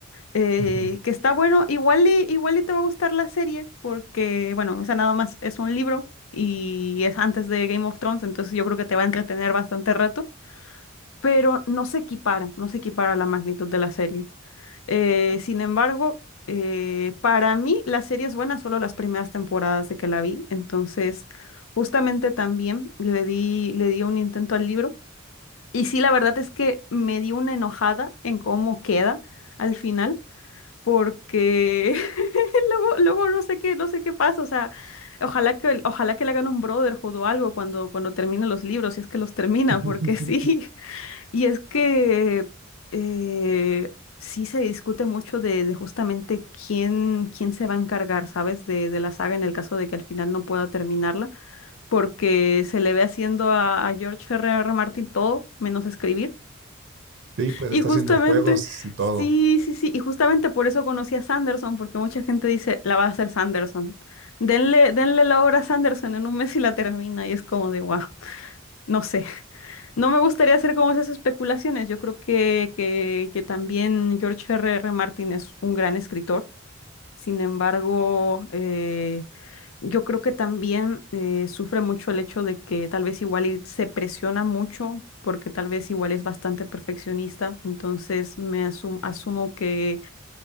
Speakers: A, on the left (about 75°); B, on the right (about 55°).
A: eh,
B: Ujú.
A: que está bueno, igual y, igual y te va a gustar la serie, porque, bueno, esa nada más es un libro y es antes de Game of Thrones, entonces yo creo que te va a entretener bastante rato, pero no se equipara, no se equipara la magnitud de la serie. Eh, sin embargo, eh, para mí la serie es buena solo las primeras temporadas de que la vi, entonces justamente también le di, le di un intento al libro y sí, la verdad es que me di una enojada en cómo queda al final porque <laughs> luego, luego no sé qué, no sé qué pasa, o sea, ojalá que, ojalá que le hagan un Brotherhood o algo cuando, cuando termine los libros, si es que los termina,
B: <laughs>
A: porque <laughs> sí. Y es que eh, sí se discute mucho de, de justamente quién, quién se va a encargar, ¿sabes? De, de la saga en el caso de que al final no pueda terminarla, porque se le ve haciendo a, a George R.R. Martin todo menos escribir.
B: Sí, pues
A: Y
B: está
A: justamente,
B: haciendo juegos y todo.
A: sí, sí, sí, y justamente por eso conocí a Sanderson, porque mucha gente dice, la va a hacer Sanderson. Denle, denle la obra a Sanderson en un mes y la termina, y es como de, wow. No sé, <laughs> no me gustaría hacer como esas especulaciones. Yo creo que, que, que también George R. R. Martin es un gran escritor. Sin embargo, eh, yo creo que también eh, sufre mucho el hecho de que tal vez igual y se presiona mucho porque tal vez igual es bastante perfeccionista. Entonces me asum- asumo que